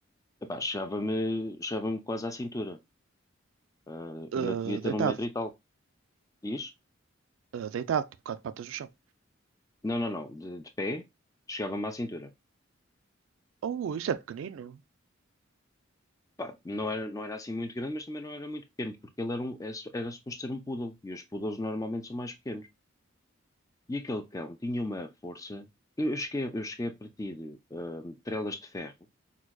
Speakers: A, on the left; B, on the right.
A: Epá, chegava-me, chegava-me quase à cintura. Ah, ainda
B: Eh,
A: devia ter
B: deitado.
A: um metro e tal. Diz?
B: Eh, deitado, tipo, quatro patas no chão.
A: Não, não, não. De, de pé, chegava-me à cintura.
B: Oh, isso é pequenino.
A: Pá, não era, não era assim muito grande, mas também não era muito pequeno, porque ele era, um, era, su- era suposto ser um poodle, e os poodles normalmente são mais pequenos. E aquele cão tinha uma força. Eu, eu cheguei, eu cheguei a partir hum, trelas de ferro